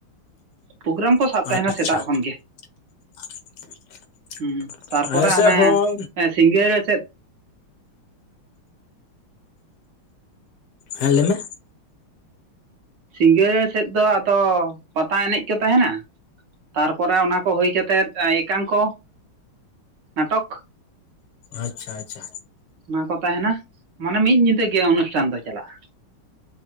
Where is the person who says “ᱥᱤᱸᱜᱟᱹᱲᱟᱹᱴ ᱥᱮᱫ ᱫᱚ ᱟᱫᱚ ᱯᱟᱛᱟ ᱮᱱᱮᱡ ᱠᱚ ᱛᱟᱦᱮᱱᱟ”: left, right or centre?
Right